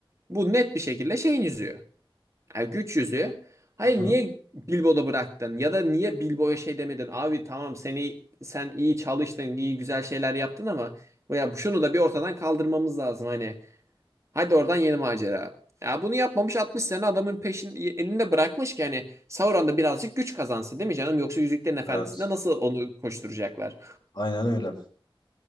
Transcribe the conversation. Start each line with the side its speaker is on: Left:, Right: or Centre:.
Right: Bu net bir şekilde şeyin yüzüğü. Ya güç yüzüğü. Hayır
Left: Hı hı.
Right: niye Bilbo'da bıraktın? Ya da niye Bilbo'ya şey demedin? Abi tamam seni sen iyi çalıştın, iyi güzel şeyler yaptın ama ya şunu da bir ortadan kaldırmamız lazım hani. Hadi oradan yeni macera. Ya bunu yapmamış 60 sene adamın peşin elinde bırakmış ki hani Sauron da birazcık güç kazansın değil mi canım? Yoksa Yüzüklerin Efendisi'nde
Left: Evet.
Right: nasıl onu koşturacaklar?
Left: Aynen öyle.